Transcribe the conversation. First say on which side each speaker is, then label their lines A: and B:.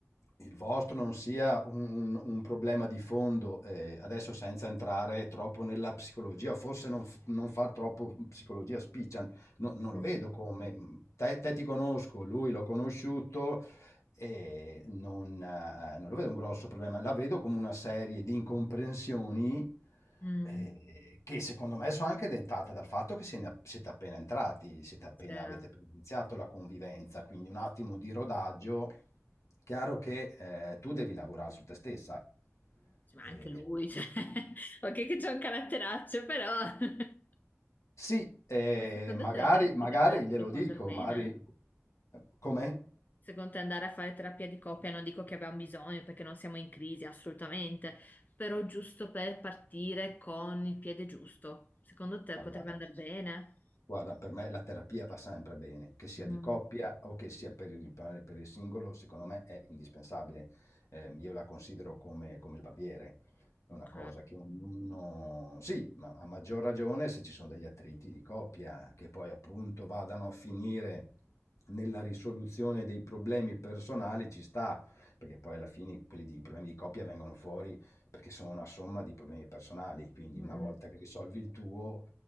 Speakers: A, on the left (about 80°); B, on the left (about 35°).
A: il vostro non sia un, un- un problema di fondo, eh, adesso senza entrare troppo nella psicologia, forse non, f- non fa troppo psicologia spiccia, no- non
B: Mm.
A: lo vedo come, te, te ti conosco, lui l'ho conosciuto, e non, eh, non lo vedo un grosso problema, la vedo come una serie di incomprensioni
B: Mm.
A: eh, che secondo me sono anche dentate dal fatto che se ne- siete appena entrati, siete appena,
B: Cioè,
A: avete appena iniziato la convivenza, quindi un attimo di rodaggio. Chiaro che eh, tu devi lavorare su te stessa.
B: sì, ma
A: Eh,
B: anche lui, cioè, <laughs> ok che c'è un caratteraccio, però... <laughs>
A: sì, eh,
B: Ma secondo
A: magari,
B: te la terapia
A: magari
B: di coppia
A: glielo
B: può
A: dico,
B: andare bene?
A: magari... Come?
B: Secondo te andare a fare terapia di coppia non dico che abbiamo bisogno perché non siamo in crisi, assolutamente, però giusto per partire con il piede giusto. Secondo te
A: Ma
B: potrebbe
A: guarda.
B: andare bene?
A: Guarda, per me la terapia va sempre bene, che sia
B: Mm,
A: di coppia o che sia per il, per- per il singolo, secondo me è indispensabile. Ehm, io la considero come, come il barbiere, è
B: ok.
A: una cosa che ognuno... Sì, ma a maggior ragione se ci sono degli attriti di coppia che poi appunto vadano a finire nella risoluzione dei problemi personali, ci sta, perché poi alla fine quelli di, i problemi di coppia vengono fuori perché sono una somma di problemi personali, quindi
B: Mm,
A: una volta che risolvi il tuo